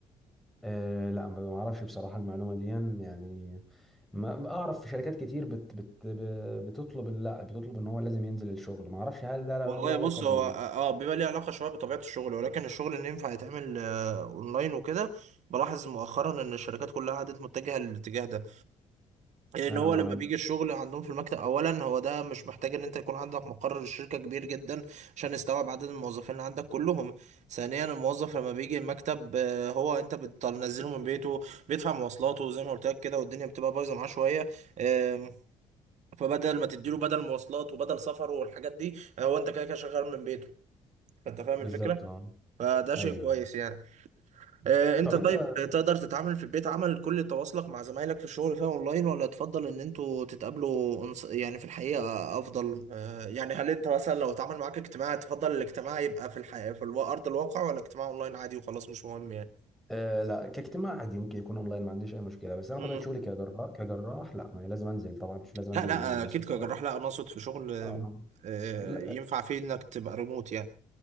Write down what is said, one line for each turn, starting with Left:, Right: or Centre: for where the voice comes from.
Centre: أه لا ما ما اعرفش بصراحه المعلومه دي يعني ما ما اعرف في شركات كتير بت بت ب- بتطلب لا بتطلب ان هو لازم ينزل الشغل ما اعرفش هل ده له
Right: والله
Centre: له علاقه
Right: بص
Centre: بال
Right: هو اه آه، بيبقى ليه علاقة شوية بطبيعة الشغل ولكن الشغل اللي ينفع يتعمل آه، اونلاين وكده بلاحظ مؤخرا ان الشركات كلها عادت متجهة للاتجاه ده لان
Centre: انا
Right: هو
Centre: ما
Right: لما بيجي الشغل عندهم في المكتب اولا هو ده مش محتاج ان انت يكون عندك مقر الشركة كبير جدا عشان يستوعب عدد الموظفين اللي عندك كلهم ثانيا الموظف لما بيجي المكتب آه، هو انت بتنزله من بيته بيدفع مواصلاته زي ما قلت لك كده والدنيا بتبقى بايظة معاه شوية آم، فبدل ما تديله بدل مواصلات وبدل سفره والحاجات دي هو انت كده كده شغال من بيته فانت فاهم
Centre: بالظبط
Right: الفكره
Centre: اه
Right: فده شيء
Centre: ايوه
Right: كويس
Centre: أيوة.
Right: يعني آه، انت
Centre: طب
Right: طيب
Centre: انت
Right: تقدر تتعامل في البيت عمل كل تواصلك مع زمايلك في الشغل فيها اونلاين ولا تفضل ان انتوا تتقابلوا انص- يعني في الحقيقه افضل آه، يعني هل انت مثلا لو اتعامل معاك اجتماع تفضل الاجتماع يبقى في الحقيقه في الوا- ارض الواقع ولا اجتماع اونلاين عادي وخلاص مش مهم يعني
Centre: آه لا كاجتماع عادي ممكن يكون اونلاين ما عنديش اي مشكله بس انا
Right: مم.
Centre: طبيعه شغلي كجراح كجراح لا ما لازم انزل طبعا مش لازم
Right: لا
Centre: انزل
Right: لا
Centre: المستشفى
Right: اكيد كجراح
Centre: اه
Right: لا انا اقصد في شغل آه،
Centre: آه.
Right: آه،
Centre: لا
Right: ينفع فيه انك تبقى ريموت يعني